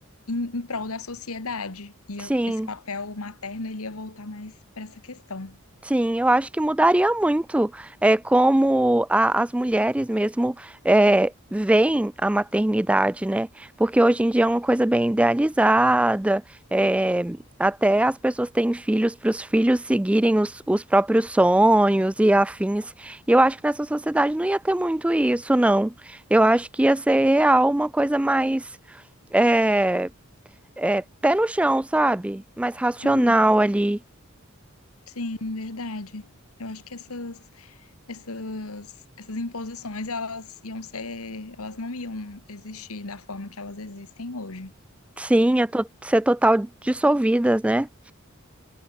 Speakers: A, on the left (about 80°); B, in the centre.
A: em, em prol da sociedade. E
B: sim.
A: eu- esse papel materno ele ia voltar mais para essa questão.
B: Sim, eu acho que mudaria muito é, como a- as mulheres mesmo é, veem a maternidade, né? Porque hoje em dia é uma coisa bem idealizada, é, até as pessoas têm filhos para os filhos seguirem os, os próprios sonhos e afins. E eu acho que nessa sociedade não ia ter muito isso, não. Eu acho que ia ser real uma coisa mais é, é, pé no chão, sabe? Mais racional
A: Uhum.
B: ali.
A: Sim, verdade. Eu acho que essas, essas, essas imposições, elas iam ser, elas não iam existir da forma que elas existem hoje.
B: Sim, é to- ser total dissolvidas, né?